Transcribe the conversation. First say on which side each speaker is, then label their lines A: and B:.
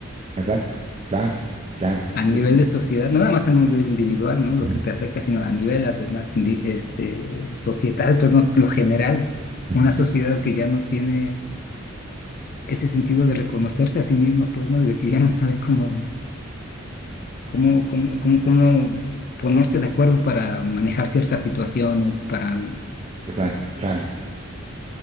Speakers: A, on the right; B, on the left.
A: exacto, claro, claro,
B: A
A: sí,
B: nivel
A: sí,
B: de sociedad, no nada más a nivel individual, ¿no? Lo
A: ujú,
B: que te afecta, sino a nivel además indi- este, societal, pues, ¿no? Lo general,
A: ujú,
B: una sociedad que ya no tiene ese sentido de reconocerse a sí mismo, pues, ¿no? Y de que ya no sabe cómo, cómo, cómo, cómo, cómo ponerse de acuerdo para manejar ciertas situaciones, para...
A: exacto, claro,